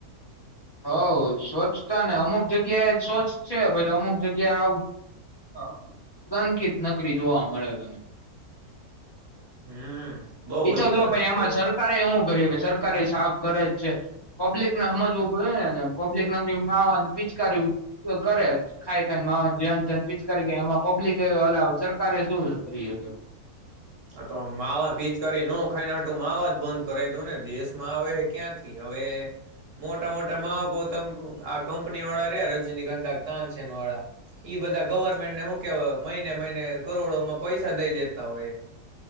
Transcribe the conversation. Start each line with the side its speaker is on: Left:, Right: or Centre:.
Left: હવ સ્વચ્છતા ને અમુક જગ્યા એ જ સ્વચ્છ છે પછી અમુક જગ્યા આવ ગંદકીિત નકરી જોવા મળે તને
Right: હમ. <unintelligible>
Left: એતો
Right: બધી
Left: તો
Right: ગંદકી
Left: ભાઈ એમાં
Right: કરે
Left: સરકારે એું કર્યું કે સરકારે એ સાફ કરે. છે પબ્લિક ના સમજવુંને પબ્લિક ના માવાન પિચકાર કરે ખાઈ ન માવાન ધ્યાન ત્યાન પીચકારી કે એમાં પબ્લિક અ સરકારે જો છ કરી હજ.
Right: આ તો માવા પીચકાર ન ખાઈનેટું માવા જ બંધ કરાવ દઉ ને દેશમાં આવે હ ક્યાંથી હવે મોટા મોટા માવા ક આ કંપની વાળા રહ્યા રજની ગંધાક તાનસેન વાળા ઈ બધા ગવર્મેન્ટને શું કેવાય મહિને મહિને કરોડોમાં પૈસા દઈ દેતા હોય.